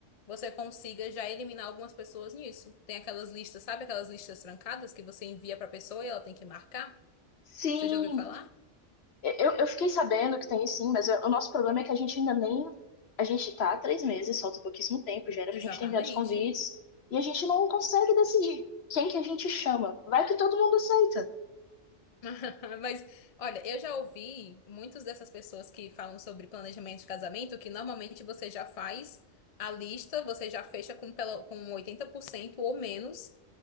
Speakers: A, on the left; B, on the left.
A: você consiga já eliminar algumas pessoas nisso. Tem aquelas listas, sabe aquelas listas trancadas que você envia pra pessoa e ela tem que marcar?
B: Sim,
A: Você já ouviu falar?
B: eu, eu fiquei sabendo que tem sim, mas o nosso problema é que a gente ainda nem. A gente tá há três meses, falta pouquíssimo tempo, já era
A: Exatamente.
B: pra gente ter enviado os convites, e a gente não consegue decidir quem que a gente chama. Vai que todo mundo aceita.
A: <laughs> Mas, olha, eu já ouvi muitas dessas pessoas que falam sobre planejamento de casamento, que normalmente você já faz a lista, você já fecha com, pelo, com 80% ou menos,